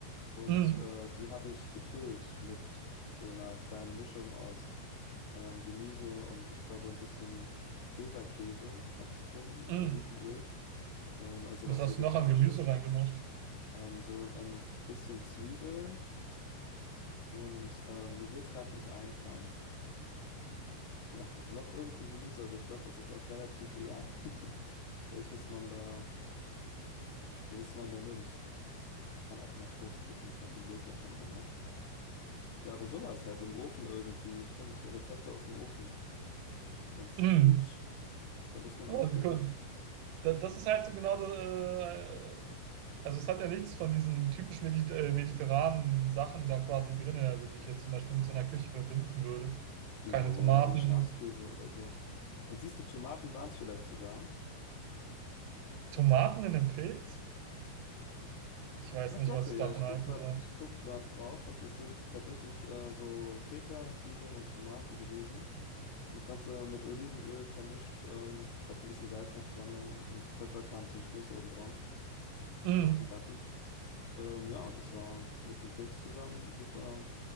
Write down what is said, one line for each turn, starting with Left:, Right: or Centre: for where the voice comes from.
Left: und
Right: Mm,
Left: äh, die habe ich gefüllt mit so einer kleinen Mischung aus. ähm, Gemüse und ich glaube ein bisschen Feta-Käse hatte ich drin und
Right: mm.
Left: Olivenöl, ähm, also
Right: Was
Left: was
Right: hast
Left: Vegetarisches.
Right: du noch an Gemüse reingemacht?
Left: Ähm, so ein bisschen Zwiebel und ähm, mir will es gerade nicht einfallen. Noch, noch irgendein Gemüse, aber ich glaube, es ist auch relativ egal, <laughs> welches man da, welches man da nimmt. Ich kann auch mal kurz gucken, ich habe ein Bild davon gemacht. Ja, aber sowas halt im Ofen irgendwie. Ich finde Rezepte aus dem Ofen ganz
Right: Mm.
Left: gut. Da muss man
Right: Aber
Left: auch nicht viel
Right: gut.
Left: machen.
Right: Da- Das ist halt so genau das, äh, also es hat ja nichts von diesen typisch medit äh, mediterranen Sachen da quasi drin, also die ich jetzt zum Beispiel mit so einer Küche verbinden würde.
Left: Wieso?
Right: Keine Tomaten.
Left: Na, so ein Schafskäse oder so. Und siehst du, Tomaten waren es vielleicht sogar.
Right: Tomaten in einem Pilz? Ich weiß
Left: Tatsache,
Right: nicht, was
Left: ja,
Right: ich davon
Left: ich guck
Right: halten
Left: gerade,
Right: soll.
Left: ich guck gerade drauf und es sind tatsächlich äh, so Feta, Zwiebeln und Tomaten gewesen. Und das Ganze mit Olivenöl vermischt. Ähm, ich glaube, ein bisschen Salz noch dran und Pfeffer kam zum Schluss obendrauf
Right: Mhm.
Left: nach dem Backen. Ähm, ja, und das war mit dem Pilz zusammen super,